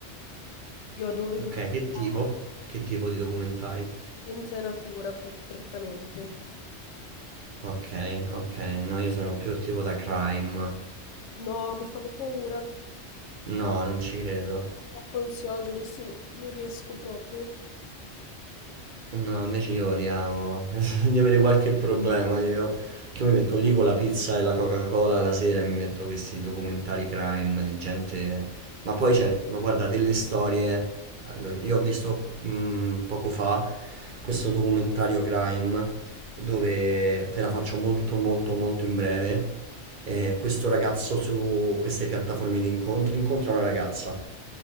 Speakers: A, on the left; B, on the right.
A: Io adoro
B: Ok,
A: i documentari,
B: che tipo? Che tipo di documentari?
A: scienza e natura pre- prettamente.
B: Ok, ok, no, io sono più tipo da crime.
A: No, mi fanno paura.
B: No, non ci credo.
A: Troppo ansiogeni, sì, non riesco proprio.
B: No, invece io li amo. <laughs> Penso di avere qualche problema io. Che io mi metto lì con la pizza e la Coca-Cola la sera e mi metto questi documentari crime di gente. Ma poi c'è, ma guarda, delle storie. Allora, io ho visto mh, poco fa questo documentario crime dove te la faccio molto molto molto in breve eh, questo ragazzo su queste piattaforme di incontri incontra una ragazza.